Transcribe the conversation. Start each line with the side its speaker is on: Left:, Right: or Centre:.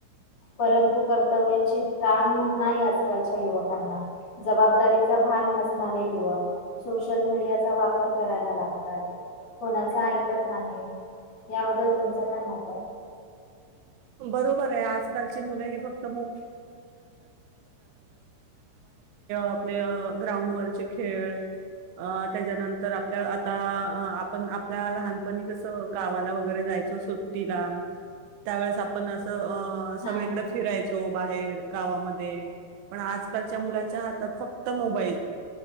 Left: परंतु कर्तव्याची जाण नाही आजकालच्या युवकांना जबाबदारीचा भा न नसणारे युवक सोशल मीडियाचा वापर करायला लागतात. कोणाच ऐकत नाही त याबद्दल तुमचं काय मत आहे?
Right: बरोबर आहे आजकालची मुलं हे फक आपले अ ग्राउंड वरचे खेळ अ त्याच्यानंतर आपल आता अ आपण आपल्या लहानपणी कस गावाला वगैरे जायचो सुट्टीला त्यावेळेस आप आपण असं अ
Left: हा
Right: सगळीकडे
Left: हा
Right: फिरायचो बाहेर गावामध्य पण आजकालच्या मुलांच्या हातात फक्त मोबाईल